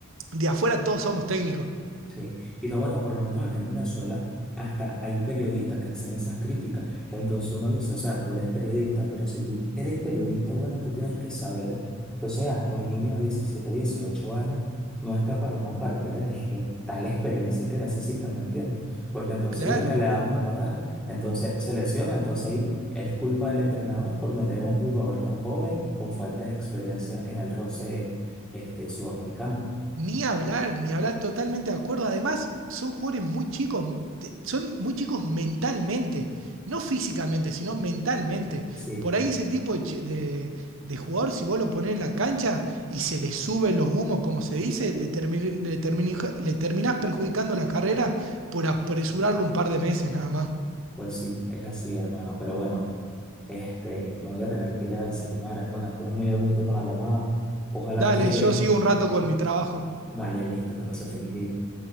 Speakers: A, on the right; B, in the centre.
A: de afuera todos somos técnicos.
B: Sí, y no, bueno, por lo menos acá en Venezuela hasta hay periodistas que hacen esas críticas. Entonces uno dice, o sea, tú eres periodista, pero si tú eres periodista, bueno, tú tienes que saber que, o sea, un niño de 17 18 años no está para una partida de, de tal experiencia que necesitan, ¿me entiendes? Porque entonces
A: Claro.
B: viene, le dan una patada, entonces se lesiona, entonces ahí es culpa del entrenador por meter a un jugador tan joven con falta de experiencia en el roce, este, sudamericano.
A: Ni hablar, ni hablar, totalmente de acuerdo. Además, son jugadores muy chicos, de- son muy chicos mentalmente, no físicamente, sino mentalmente.
B: Sí,
A: Por ahí ese tipo de, chi- de- de jugador, si vos lo ponés en la cancha y se le suben los humos, como se dice, le, termi- le, termini- le terminás perjudicando la carrera por apresurarlo un par de meses nada más.
B: Pues sí, es así, hermano. Pero bueno, este, me voy a tener que ir a desayunar, hermano. Estuve muy a gusto con la llamada. Ojalá
A: Dale,
B: que,
A: yo sigo un rato con mi trabajo.
B: vale, listo, que pase feliz día.